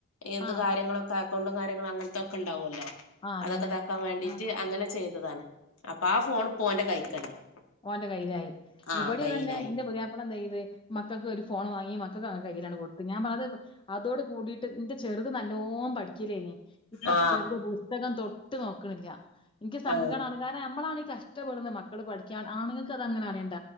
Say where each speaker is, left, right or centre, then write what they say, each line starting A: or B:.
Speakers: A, on the left; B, on the left.
A: ഏത്
B: ആ
A: കാര്യങ്ങളും. അക്കൗണ്ടും കാര്യങ്ങളും അങ്ങനത്തൊക്കെ ഉണ്ടാവൂല്ലോ
B: ആ അതന്നെ
A: അതൊക്കെ താക്കാൻ വേണ്ടിട്ട്
B: ആ
A: അങ്ങനെ ചെയ്തതാണ് അപ്പ ആ ഫോൺ ഇപ്പൊ ഓന്റെ കൈക്കലാണ്.
B: ഓന്റെ കയ്ലായി
A: ആ
B: ഇവിടിതന്നെ
A: കയ്യിലായി
B: എന്റെ പുയ്യാപ്പള എന്തെയ്ത് മക്കൾക്കൊരു ഫോണ് വാങ്ങി മ തക്കം കൈയ്യിലങ്ങോട്ട് കൊടുത്ത് ഞാൻ പറഞ്ഞത് അതോട് കൂടീട്ട് ന്റെ ചെറുത് നല്ലോണം പഠിക്കിലേനി ഇപ്പം
A: ആ
B: ചെറുത് പുസ്തകം തൊട്ട് നോക്കണില്ല എനിക്ക് സങ്കടാണ്
A: ആ
B: കാര നമ്മളാണി കഷ്ടപ്പെടുന്നെ മക്കള് പഠിക്കാൻ ആണങ്ങക്കതങ്ങനെ അറിയണ്ട